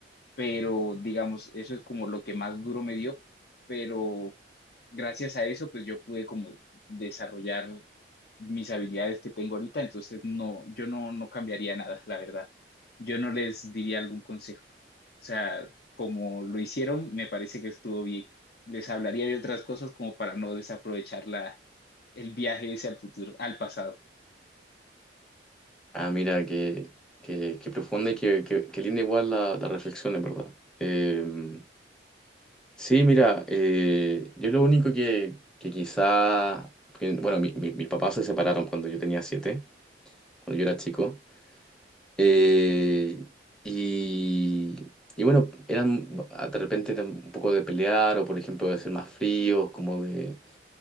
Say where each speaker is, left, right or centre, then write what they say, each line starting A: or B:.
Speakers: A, on the left (about 60°); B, in the centre.
A: pero digamos, eso es como lo que más duro me dio, pero gracias a eso, pues yo pude como desarrollar mis habilidades que tengo ahorita, entonces no, yo no, no cambiaría nada, la verdad. Yo no les diría algún consejo. O sea, como lo hicieron, me parece que estuvo bien. Les hablaría de otras cosas como para no desaprovechar la, el viaje ese al futuro, al pasado.
B: Ah, mira, qué, qué, qué profunda y qué, qué- qué linda igual la, la reflexión, en verdad. Eh, sí, mira, eh, yo lo único que, que quizá, que- bueno, mi- mi- mis papás se separaron cuando yo tenía siete, cuando yo era chico. Eh, y, y bueno, eran, de repente eran un poco de pelear o, por ejemplo, de ser más fríos, como de